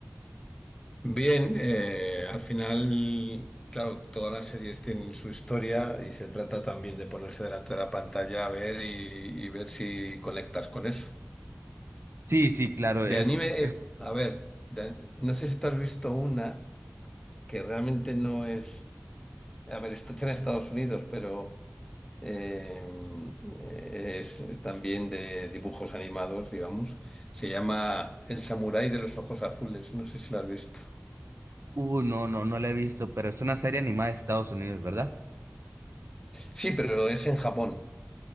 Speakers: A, on the left; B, on the right.
A: Bien, eh, al final, claro, todas las series tienen su historia y se trata también de ponerse delante de la pantalla a ver y, y ver si conectas con eso.
B: Sí, sí, claro,
A: De
B: es,
A: anime,
B: es,
A: eh, a ver, de- no sé si tú has visto una que realmente no es, a ver, está hecha en Estados Unidos, pero... em, eh, es también de dibujos animados, digamos. Se llama El Samurái de los Ojos Azules, no sé si lo has visto.
B: uh, no, no, no la he visto, pero es una serie animada de Estados Unidos, ¿verdad?
A: Sí, pero es en Japón.